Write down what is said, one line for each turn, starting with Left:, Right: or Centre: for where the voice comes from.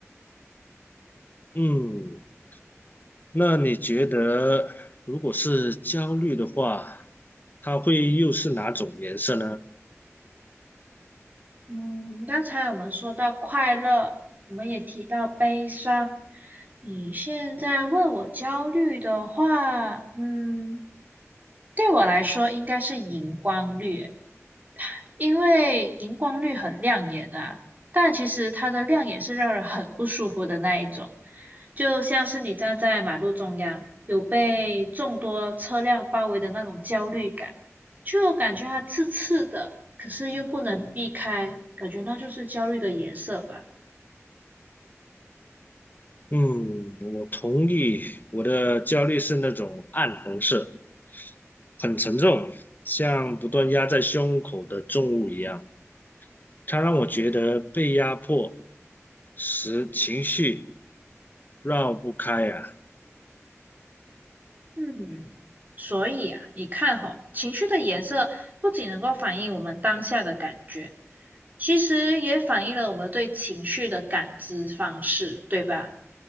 Left: 嗯，那你觉得如果是焦虑的话，它会又是哪种颜色呢？
Right: 嗯，刚才我们说到快乐，我们也提到悲伤。你现在问我焦虑的话，嗯，对我来说应该是荧光绿。因为荧光绿很亮眼啊，但其实它的亮眼是让人很不舒服的那一种，就像是你站在马路中央，有被众多车辆包围的那种焦虑感，就感觉它刺刺的，可是又不能避开，感觉那就是焦虑的颜色吧。
Left: 嗯，我同意，我的焦虑是那种暗红色，很沉重，像不断压在胸口的重物一样，它让我觉得被压迫。十情绪绕不开呀、
Right: 嗯，所以啊，你看吼，情绪的颜色不仅能够反映我们当下的感觉，其实也反映了我们对情绪的感知方式，对吧？